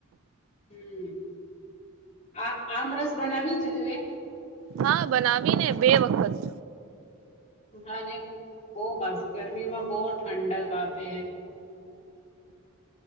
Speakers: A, on the left (about 35°); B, on the right (about 70°).
A: હમ આ આમરસ બનાવી દું એ
B: હા બનાવીને બે વખત
A: હા બહ મસ્ત ગરમીમાં બહુ ઠંડક આતે હે